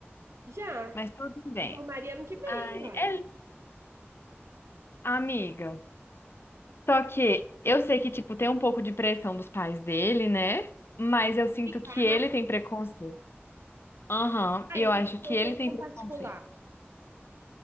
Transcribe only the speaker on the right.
Já.
Ele formaria ano que vem,
vai.
Ficar
na
Ah,
ele tem
que ter
um
conceito
com
particular.